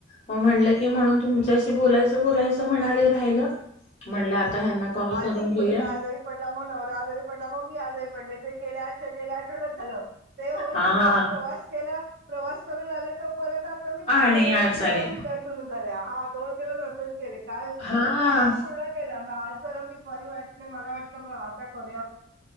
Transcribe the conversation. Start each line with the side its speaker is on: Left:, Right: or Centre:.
Left: म्हटलं की म्हणून तुमच्याशी बोलायचं बोलायचं म्हणाले राहिलं म्हणलं आता ह्यांना कॉल
Right: आ
Left: करून
Right: ती
Left: घेऊया
Right: मुलग आजारी पडला मग नवरा आजारी पडला मग मी आजारी पडले ते केल्या केल्या ठ झाल ते होऊन
Left: हा
Right: मी परत प्रवास केला प्रवास करून आले तर परत आता मी
Left: आणि आजारी
Right: जुलाब उलट्या सुरू झाल्या हा दोन दिष केले काल
Left: हा
Right: काल तर पूर्ण केला आज जरा मी बरी वाटते मला म्हटलं आता करूया